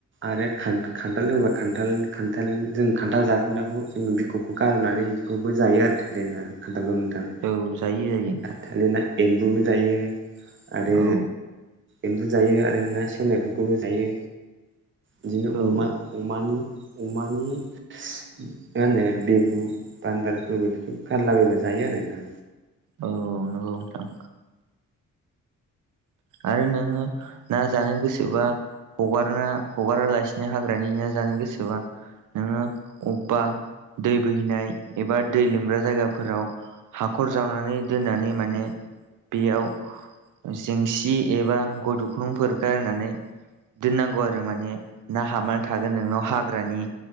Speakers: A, on the right (about 40°); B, on the right (about 75°).
A: आरो खा-खान्थाल होबा खान्थाल-खान्थाल जों खान्थाल जाखोन्दाखौ जों बि बिखबखौ गारनानै इदिखौबो जायो आरो थायलेनडा खान्थालखौ नोंथां
B: औ जायो जायो नोंथां।
A: थाइलेनडा एम्बुबो जायो आरो
B: औ
A: एम्बु जायो आरो ना सेवनायफोरखौबो जायो बिदिनो
B: औ
A: अमा
B: औ
A: अमानि अमानि मा होनो, बेबु बान्दारफोरबो बेफोरखौ गारलाबायबा जायो आरो नोंथां
B: औ औ नंगौ नोंथां। आरो नोङो ना जानो गोसोबा हगारना हगारालासिनो हाग्रानि ना जानो गोसोबा नोङो अब्बा दै बोहैनाय एबा दै लोमग्रा जायगाफोराव हाख'र जावनानै दोननानै माने बेयाव जेंसि एबा गय दुख'नंफोर गारनानै दोन्नांगौ आरो माने ना हाबनानै थोगोन नोंनाव हा हाग्रानि